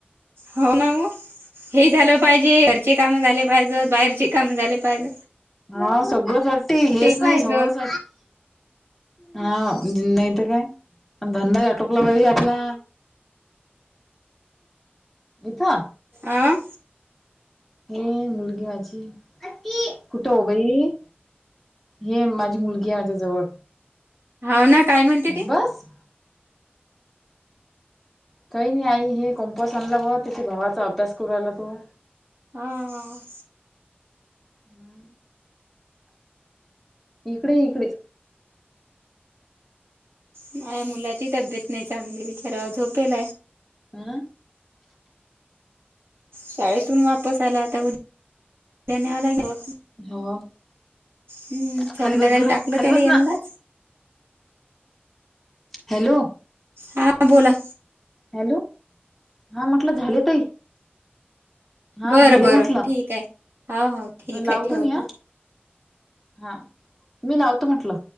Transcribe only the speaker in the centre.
हां सगळं हट्टी हेच
नाही सगळच हा नाही तर काय धंदाही आटोपला पाहिजे आपला. इथं
हे मुलगी माझी कुठं हो बाई? हे माझी मुलगी आली माझ्याजवळ.
बस काही नाही आई हे कंपॉस आणल्यामुळे व त्याच्या भावाचा अभ्यास करू रहायला तो.
<inaudible> इकडे ये इकडे.
हं
हो
खाली बस बरं
खाली
बस
ना हॅलो
हॅलो हा म्हटलं झाले ताई. हां
झाले
म्हटलं
लावतो
मी हा. हां मी लावतो म्हटलं.